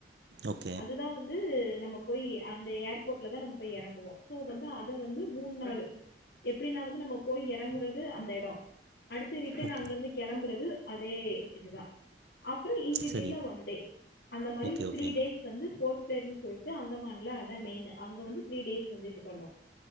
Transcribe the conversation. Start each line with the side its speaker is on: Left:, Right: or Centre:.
Right: ஓகே
Left: அதுதா வந்து நம்ம போய் அந்த ஏர்போர்ட்லதா நம்ம போய் எறங்குவோ சோ வந்து அத வந்து மூண் நாளு எப்டினா வந்து நம்ம போய் எறங்குறது அந்த எடோ அடுத்து ரிட்டன்
Right: ஓக்
Left: அங்க இருந்து கெளம்புறது அதே இதுதா அப்புறோ இன் பிட்வின்லா
Right: சரி
Left: ஒன் டே அந்த மாரி
Right: ஓகே ஓகே
Left: த்ரீ டேஸ் வந்து போஸ்ட் பிளேயர்ன் சொல்ட் டு அந்தமான்ல அதா மெயினு அங்க வந்து த்ரீ டேஸ் சொல்லிட்டு பண்ணோ